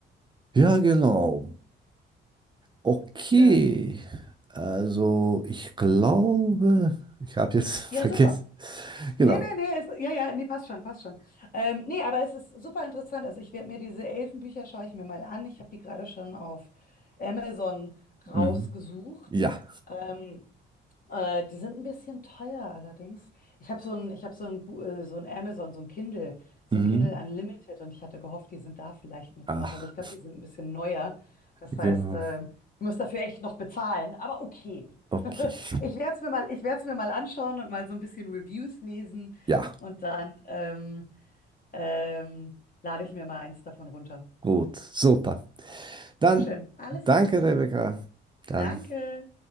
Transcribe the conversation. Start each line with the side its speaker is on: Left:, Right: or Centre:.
Right: Ja, genau. Okay.
Left: Ja,
Right: Also, ich glaube, ich habe jetzt <laughs> vergessen.
Left: ja, super. Nee,
Right: Genau.
Left: nee, nee, ist, ja, ja, nee, passt schon, passt schon. Ähm, nee, aber es ist super interessant. Also ich werde mir diese Elfenbücher, schaue ich mir mal an. Ich habe die gerade schon auf Amazon
Right: Mhm.
Left: rausgesucht.
Right: Ja.
Left: Ähm, Äh, die sind ein bisschen teuer allerdings. Ich habe so ein, ich habe so ein, Gu- äh, so ein Amazon, so ein Kindle, so
Right: Mhm.
Left: ein Kindle Unlimited und ich hatte gehofft, die sind da vielleicht mit
Right: Ach,
Left: drauf, aber ich glaube, die sind ein bisschen neuer. Das
Right: genau.
Left: heißt, äh, ich muss dafür echt noch bezahlen, aber okay.
Right: Okay.
Left: <laughs> Ich werde es mir mal, ich werde es mir mal anschauen und mal so ein bisschen Reviews lesen
Right: Ja,
Left: und dann ähm, ähm, lade ich mir mal eins davon runter.
Right: gut. Super. Dann
Left: Sehr schön, alles
Right: danke,
Left: klar.
Right: Rebecca. Dann.
Left: Danke.